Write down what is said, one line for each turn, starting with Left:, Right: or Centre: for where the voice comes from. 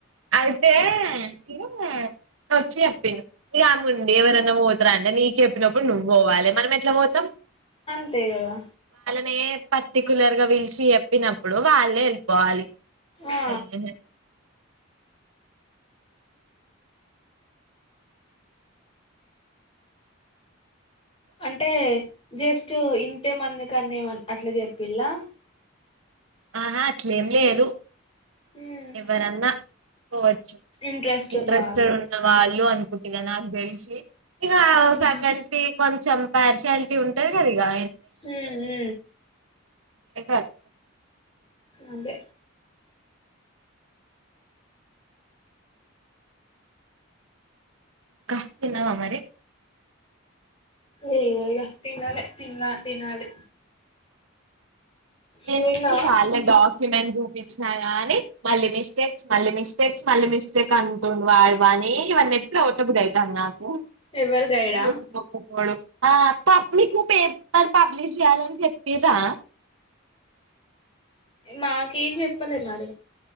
Right: అయితే నను వచ్చి చెప్పిండు ఇగ ముందే ఎవరన్నా పోతారా అంటే నీకు చెప్పినప్పుడు నువ్వు పోవాలి మనం ఎట్లా పోతాం
Left: ఆంథే గద
Right: వే పర్టికులర్ గా పీలిచి చెప్పినప్పుడు వాళ్ళే వెళ్ళిపోవాలి ఉ <unintelligible>
Left: ఆ అంటే జస్ట్ ఇంతే మంది కానీ అట్లా చెప్పిలా
Right: ఆహా అట్లేం లేదు
Left: ఉమ్
Right: ఎవ్వరన్న కోవచ్చు
Left: ఇంట్రెస్ట్
Right: ఇంట్రెస్టెడ్
Left: ఉన్న వాళ్ళు
Right: ఉన్న వాళ్ళు అనుకుంటుగా నాకు తెెలిషి ఇగ
Left: ఉహు
Right: ఫ్యాకల్టీ కొంచం పారిషాలిటీ ఉంటది కది ఇగా
Left: ఉమ్ హు
Right: ఏ కాద్
Left: అంతె
Right: కాస్ తినవా మరి
Left: ఏ ఇ తినాలి తిన్లా తినాలి నువ్వు
Right: ఎన్ని
Left: తిన్నావా
Right: సార్లు డాక్యుమెనెన్ని చూపించినా మళ్ళీ మిస్టేక్స్ మళ్ళీ మిస్ మటేక్స్ మళ్ళీ మిస్టేక్ అంటుండు వాడవాని ఇవన్నీ ఎట్లా కొట్టబుది ఐతది నాకు
Left: ఎవరు గైడా
Right: బూ <inaudible> ఆ పాబ్లికు పేపర్ పబ్లిష్ చేయ్యాలని చెప్పిరా
Left: మాకేం చెప్పలే మరి